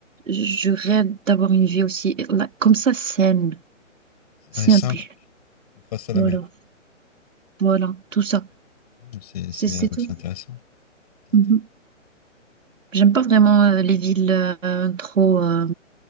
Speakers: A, on the right (about 75°); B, on the left (about 30°).
A: Je rêve d'avoir une vie aussi, là, comme ça, saine, simple.
B: Ouais, simple, face à la
A: Voilà,
B: mer.
A: voilà, tout ça.
B: Ouais, C'est c'est-
A: C'est c'est
B: euh,
A: tout.
B: c'est intéressant. C'est intéressant.
A: Mhm. J'aime pas vraiment euh, les villes euh, trop, euh,